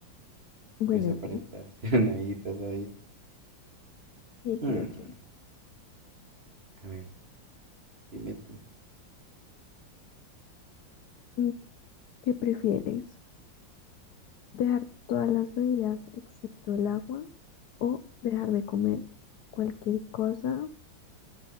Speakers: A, on the left; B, on the right.
A: Bueno,
B: Puedes aparentar
A: sí.
B: <laughs> ser una viejita sabia.
A: Sí, sí,
B: Hmm,
A: 80.
B: A ver, dime tú.
A: Mm, ¿Qué prefieres? ¿Dejar todas las bebidas excepto el agua o dejar de comer cualquier cosa